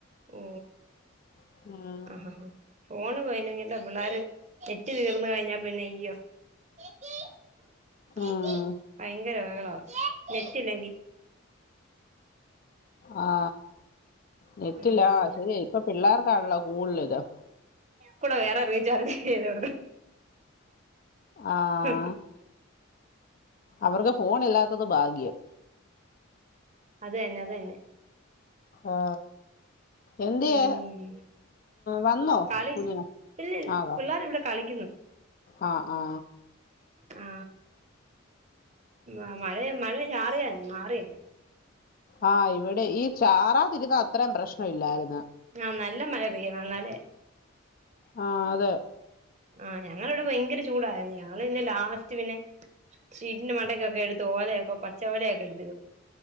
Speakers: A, on the left; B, on the right.
A: ഉം
B: ഓ ആഹ് ആഹ് ഫോണ് പോയില്ലെങ്കി എന്താ പിള്ളാര് നെറ്റ് തീർന്ന് കഴിഞ്ഞാൽ പിന്നെ യ്യോ ചേച്ചി ചേച്ചി
A: ഉം
B: ഭയങ്കര ബഹളവാ ചേച്ചി നെറ്റില്ലെങ്കി
A: ആ നെറ്റില്ല
B: ഉം
A: ആ ശരിയാ ഇപ്പൊ പിള്ളാർക്ക് ള്ള കൂടുതൽ വരാ
B: കൂടെ വേറെ റീചാർജ് ചെയ്ത് കൊടുക്കും
A: ആഹ്
B: മ് ഹ് ഹ്
A: അവർക്ക് ഫോണില്ലാത്ത ത്തത് ഭാഗ്യം
B: അതന്നെ അതന്നെ
A: ആ എന്തിയേ
B: ഉം
A: വന്നോ
B: കളി
A: കുഞ്ഞിനെ
B: ഇല്ല ഇല്ല
A: ആ വാ
B: പിള്ളേർ ഇവിടെ കളിക്കുന്നു
A: ആ ആ
B: ആ അ മഴയ് മഴ ചാറിയാരുന്ന് മാറിയങ്ങ്
A: ആ ഇവിടെ ഈ ചാറാതിരുന്ന അത്രയും പ്രശ്നം ഇല്ലാരുന്ന്
B: ആഹ് നല്ല മഴ പെയ്യണം എന്നാലേ
A: ആ അതെ
B: ആ ഞങ്ങടിവിടെ ഭയങ്കര ചൂടായിരുന്നു ഞങ്ങള് പിന്നെ ലാസ്റ്റ് പിന്നെ ഷീറ്റിന്റെ മണ്ടക്കൊക്കെ എടുത്ത് ഓലയൊക്കെ പച്ച ഓലയൊക്കെ എടുത്തിടും